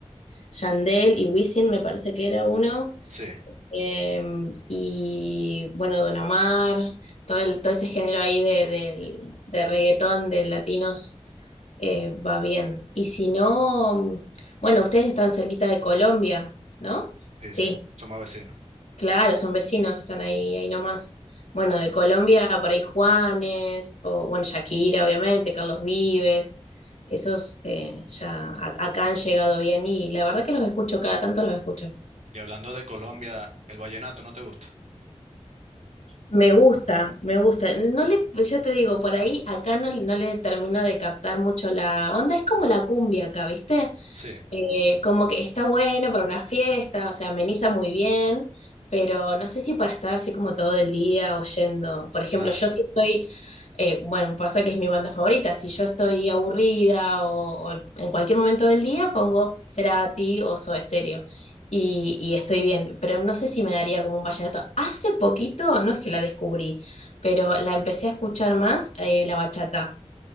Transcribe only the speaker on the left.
Yandel y Wisin me parece que era uno.
Em, y bueno, Don Omar, todo, el- todo ese género ahí de, del- de reggaetón, de latinos, eh, va bien. Y si no, bueno, ustedes están cerquita de Colombia, ¿no?
Sí,
claro, son vecinos, están ahí, ahí nomás. Bueno, de Colombia por ahí Juanes, o bueno, Shakira, obviamente, Carlos Vives, esos eh, ya a- acá han llegado bien y la verdad que los escucho, cada tanto los escucho.
Me gusta, me gusta. No le, pues ya te digo, por ahí acá no, no le termino de captar mucho la onda. Es como la cumbia acá, ¿viste?
Eh, como que está bueno para una fiesta, o sea, ameniza muy bien, pero no sé si para estar así como todo el día oyendo. Por ejemplo,
yo sí estoy, eh, bueno, pasa que es mi banda favorita, si yo estoy aburrida o, o en cualquier momento del día pongo Cerati o Soda Stereo y, y estoy bien, pero no sé si me daría como un vallenato. Hace poquito, no es que la descubrí, pero la empecé a escuchar más, eh, la bachata